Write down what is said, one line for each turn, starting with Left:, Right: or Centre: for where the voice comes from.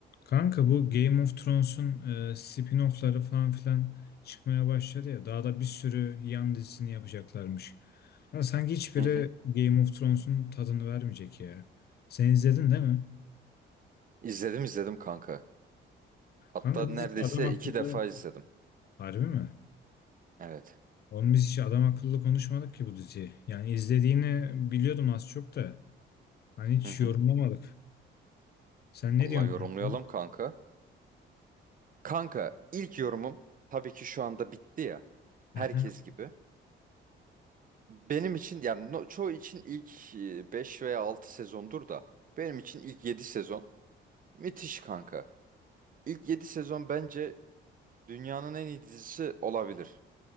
Left: Kanka bu Game of Thrones'un e, spin-off'ları falan filan çıkmaya başladı ya. Daha da bir sürü yan dizisini yapacaklarmış. Ama sanki hiçbiri
Right: Hı hı.
Left: Game of Thrones'un tadını vermeyecek ya. Sen izledin değil mi?
Right: İzledim izledim kanka. Hatta
Left: Kanka
Right: neredeyse
Left: biz hiç adam akıllı...
Right: iki defa izledim.
Left: Harbi mi?
Right: Evet.
Left: Oğlum biz hiç adam akıllı konuşmadık ki bu diziyi. Yani izlediğini biliyordum az çok da. Hani hiç
Right: Hı hı.
Left: yorumlamadık. Sen ne
Right: Vallahi
Left: diyorsun
Right: yorumlayalım
Left: kanka?
Right: kanka. Kanka ilk yorumum tabii ki şu anda bitti ya. Herkes
Left: Hı hı.
Right: gibi. Benim için yani no- çoğu için ilk e, 5 veya 6 sezondur da benim için ilk 7 sezon müthiş kanka. İlk 7 sezon bence dünyanın en iyi dizisi olabilir.